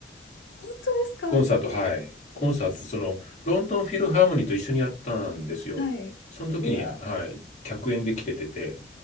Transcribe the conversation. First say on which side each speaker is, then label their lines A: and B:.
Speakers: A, on the left; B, on the left.
A: 本当ですかうわ、
B: コンサート、はい。コンサート、
A: し
B: その、ロンドンフィルハーモニーと一緒にやったんですよ。
A: はい。
B: その時に、
A: うわ、
B: はい、客演で来ててて、